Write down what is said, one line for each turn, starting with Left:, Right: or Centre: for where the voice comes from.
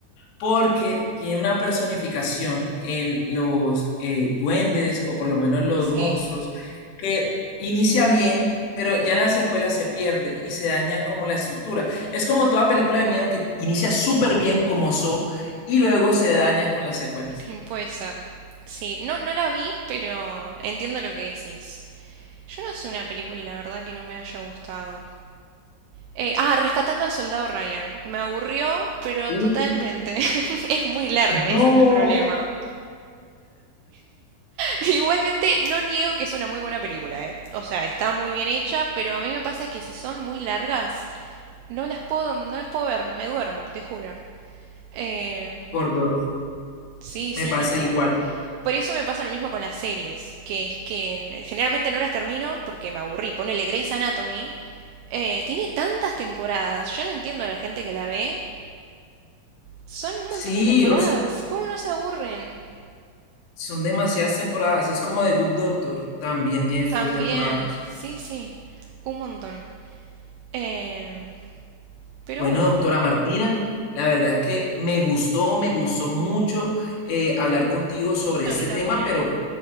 Left: porque tiene una personificación en los eh, duendes o por lo menos los
Right: Sí,
Left: monstruos que inicia bien, pero ya en la secuela se pierde y se daña como la estructura. Es como toda película de miedo que inicia súper bien como Saw y luego se daña con las secuelas.
Right: mm, puede ser. Sí, no, no la vi, pero entiendo lo que decís. Yo no sé una película, la verdad, que no me haya gustado. Eh, ah, Rescatando al Soldado Ryan. Me aburrió, pero
Left: Uf,
Right: totalmente. <laughs> Es muy larga,
Left: no,
Right: ese es el problema. Igualmente, no niego que es una muy buena película, ¿eh? O sea, está muy bien hecha, pero a mí me pasa que si son muy largas, no las puedo, no las puedo ver, me duermo, te juro. Eh,
Left: por dos,
Right: sí, sí,
Left: me pasa
Right: no puedo.
Left: igual.
Right: Por eso me pasa lo mismo con las series, que es que generalmente no las termino porque me aburrí. Ponele Grey's Anatomy. eh, tiene tantas temporadas. Yo no entiendo a la gente que la ve. Son un
Left: Sí,
Right: montón de temporadas.
Left: o s-
Right: ¿Cómo no se aburren?
Left: son demasiadas temporadas, es como The Good Doctor, también tiene full
Right: También.
Left: temporadas.
Right: Sí, sí. Un montón. Eh, pero
Left: Bueno,
Right: bueno.
Left: doctora Martina, la verdad es que me gustó, me gustó mucho eh, hablar contigo sobre
Right: A
Left: este
Right: mí también.
Left: tema, pero